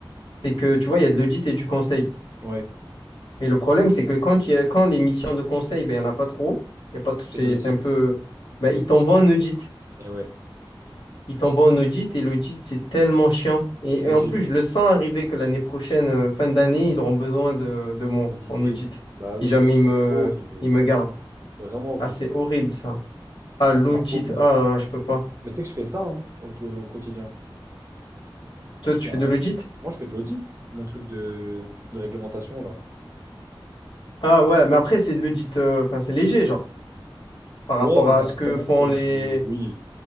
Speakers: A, on the left; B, on the right.
A: C'est que, tu vois, il y a de l'audit et du conseil.
B: Ouais.
A: Et le problème, c'est que quand, il y a, quand les missions de conseil, ben, il n'y en a pas trop. Il y a pas tout-
B: Tu fais
A: c'est
B: de l'audit.
A: c'est un peu... Ben, ils t'envoient un audit.
B: Et ouais,
A: Ils t'envoient un audit et l'audit, c'est tellement chiant. Et,
B: C'est horrible.
A: et en plus, je le sens arriver que l'année prochaine, euh, fin d'année, ils auront besoin de, de moi
B: Auditer.
A: en audit.
B: bah
A: Si
B: oui,
A: jamais
B: c'est
A: ils me,
B: horrible.
A: ils me gardent.
B: C'est vraiment horrible.
A: Ah, c'est horrible, ça. Ah,
B: Moi,
A: l'audit.
B: c'est ma phobie. hein.
A: Ah là là, je peux pas.
B: Mais tu sais que je fais ça hein, au, au quotidien.
A: Toi,
B: Je
A: tu
B: fais
A: fais
B: un...
A: de l'audit?
B: Moi, je fais de l'audit, mon truc de, de réglementation, là.
A: Ah ouais, mais après, c'est de l'audit... euh, Enfin, c'est léger, genre, par rapport
B: Ouais, mais
A: à
B: ça
A: ce
B: reste
A: que
B: quand même
A: font
B: pour
A: les
B: du... Oui,